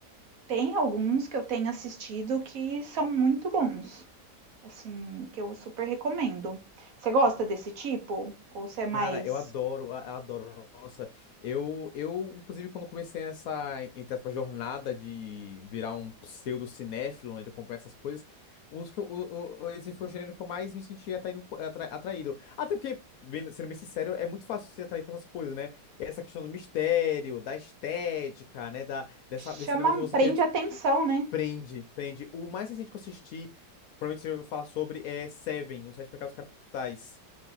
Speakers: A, on the right; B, on the left.
A: Tem alguns que eu tenho assistido que são muito bons, assim, que eu super recomendo. Você gosta desse tipo? Ou você é mais.
B: Cara, eu adoro, a- adoro. Nossa, eu, eu, inclusive, quando comecei essa, entre aspas, jornada de virar um pseudo-cinéfilo, né, de acompanhar essas coisas, um dos que eu- o- o- esse foi o gênero que eu mais me senti atraído, atra- atraído. Até porque, bem- sendo bem sincero, é muito fácil se atrair por essas coisas, né? Essa questão do mistério, da estética, né, da, dessa,
A: Chama,
B: desse negócio que você
A: prende
B: querer
A: atenção, né?
B: prende, prende. O mais recente que eu assisti, provavelmente você ouviu falar sobre, é Seven, Os Sete Pecados Capitais.